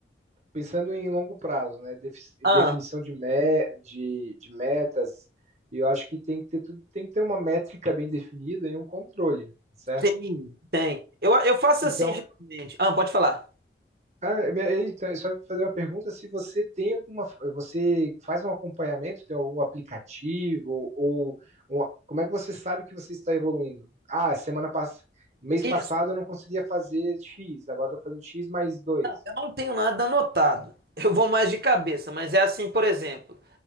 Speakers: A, on the right; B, on the right.
A: pensando em longo prazo, né? defi-
B: <laughs>
A: definição
B: ah,
A: de, me, de, de metas, eu acho que tem que ter, tudo- tem que ter uma métrica bem definida e um controle, certo?
B: tem, tem. Eu, eu faço
A: Então,
B: assim geralmente. Ah, pode falar.
A: Ah, é, minha- e então, só fazer uma pergunta, se você tem alguma, você faz um acompanhamento tem algum aplicativo ou, ou- como é que você sabe que você está evoluindo? Ah, semana passada, mês passado
B: Isso,
A: eu não conseguia fazer X, agora estou fazendo X mais dois
B: eu não tenho nada anotado. <laughs> Eu vou mais de cabeça, mas é assim, por exemplo.